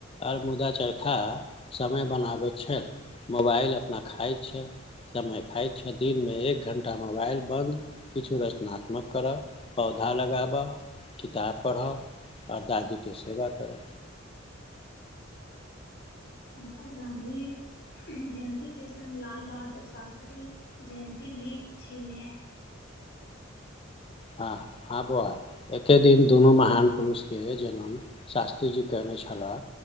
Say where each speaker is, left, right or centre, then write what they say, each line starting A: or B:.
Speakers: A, on the left; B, on the left.
A: आर मुदा चरखा समय बनाबैत छल मोबाइल अपना खाइत छै समय खाइत छै दिन मे एक घंटा मोबाइल बन्द किछु रचनात्मक करब प पधा लगाबा किताब पढ़ऽ आ दादीके सेवा करऽ
B: कप गाँधी जयन्ती के सङ् लाल बहादुर शास्त्री जयन्ती भी छीने है
A: हँ हँ बौआ एके दिन दुनू महान पुरुषके जन्म शास्त्री जी कयलनि छलाह